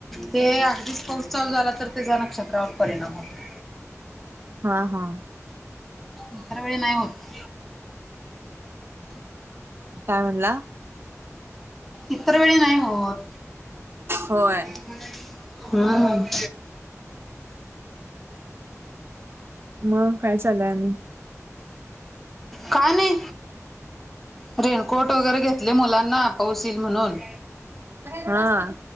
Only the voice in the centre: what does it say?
ते अगदीच पाऊस चालू झाला तर त्याचा नक्षत्रावर परिणाम होतो
इतर वेळी नाही होत
इतर वेळी नाही होत
हम्म. <inaudible>
काय नाही रेनकोट वगैरे घेतले मुलांना पाऊस येईल म्हणून